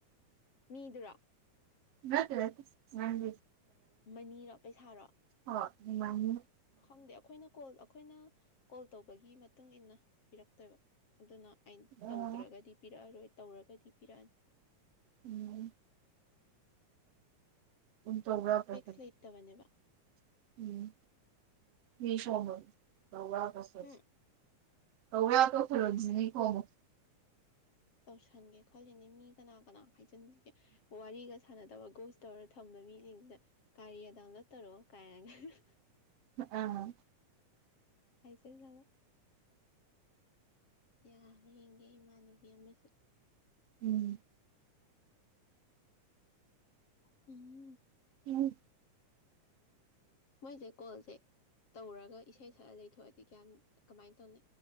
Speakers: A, on the left (about 50°); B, on the right (about 60°).
A: ꯃꯤꯗꯨꯔꯣ
B: ꯅꯠꯇꯦꯗ ꯅꯪꯒꯤ
A: ꯃꯅꯤꯔꯣ ꯄꯩꯁꯥꯔꯣ
B: ꯍꯣꯢ ꯃꯅꯤ
A: ꯈꯪꯗꯦ ꯑꯩꯈꯣꯏꯅ ꯀꯣꯜ ꯑꯩꯈꯣꯏꯅ ꯀꯣꯜ ꯇꯧꯕꯒꯤ ꯃꯇꯨꯡ ꯏꯟꯅ ꯄꯤꯔꯛꯇꯣꯏꯕ ꯑꯗꯨꯅ ꯑꯩꯅ
B: ꯑꯥ
A: ꯇꯧꯗ꯭ꯔꯒꯗꯤ ꯄꯤꯔꯛꯑꯔꯣꯏ ꯇꯧꯔꯒꯗꯤ ꯄꯤꯔꯛꯑꯅꯤ
B: ꯎꯝ ꯎꯨꯡ ꯇꯣꯕ ꯄ
A: ꯐꯤꯛꯁ ꯂꯩꯇꯕꯅꯦꯕ
B: <inaudible> ꯎꯝ ꯃꯤꯁꯣꯝꯕ ꯧꯔ ꯀꯁ
A: ꯍꯝ
B: <inaudible> ꯇꯧꯥ ꯀꯣ ꯐꯔꯣꯅꯤ ꯀꯣ <inaudible>
A: ꯇꯧꯁꯟꯒꯦ ꯈꯜꯂꯤꯅꯤ ꯃꯤ ꯀꯅꯥ ꯀꯅꯥ ꯍꯥꯏꯖꯤꯟꯁꯤꯒꯦ ꯋꯥꯔꯤꯒ ꯁꯥꯟꯅꯗꯕ ꯒꯣꯁ ꯇꯧꯔ ꯊꯝꯕ ꯃꯤꯁꯤꯡꯁꯤꯗ ꯀꯥꯔꯤꯌꯥ ꯗꯥꯎꯟꯂꯣꯗ ꯇꯧꯔꯛꯑꯣ ꯀꯥꯏꯅꯒ
B: ꯎꯝ
A: ꯍꯥꯤꯖꯤꯟꯂꯒ ꯌꯥꯈ꯭ꯔ ꯌꯦꯡꯒꯦ ꯏꯃꯥꯟꯅꯕꯤ ꯑꯃꯁꯨ
B: ꯎꯝ
A: ꯎꯝ
B: ꯎꯝ
A: ꯃꯣꯏꯁꯦ ꯀꯣꯜꯁꯦ ꯇꯧꯔꯒ ꯏꯁꯩ ꯁꯛꯑ ꯌꯩꯊꯣꯛꯑꯗꯤ ꯒ꯭ꯌꯥꯟ ꯀꯃꯥꯏꯅ ꯇꯧꯅꯤ